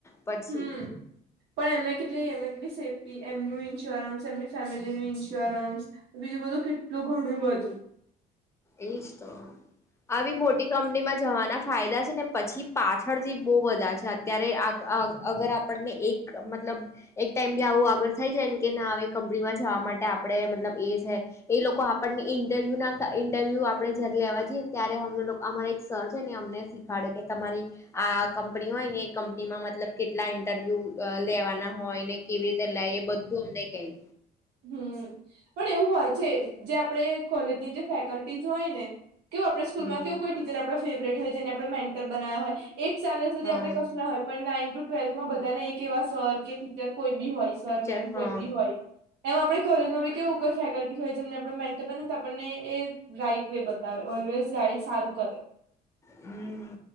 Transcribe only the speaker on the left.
પછી
એજ તો આવી મોટી કંપનીમાં જવાના ફાયદા છે ને પછી પાછળથી બહ બધા છે ત્યારે આ અગર આપણને એક મતલબ એક ટાઈમ બી આવું આગળ થઈ જાયને કે ના કંપનીમાં જવા માટે આપણે મતલબ એ છે એ લોકો આપણને ઇન્ટરવ્યુ ઇન્ટરવ્યૂ આપણે જ્યારે લેવા જઈએ ને ત્યારે અમને લોકો અમારા એક સર છે ને અમને શીખાડે કે તમારી આ કંપની હોય ને એ કંપનીમાં મતલબ કેટલા ઇન્ટરવ્યુ લેવાના હોય ને કેવી રીતે લાય એ બધું અમને કેય
હમ
હા
ટીચર
હા
હમ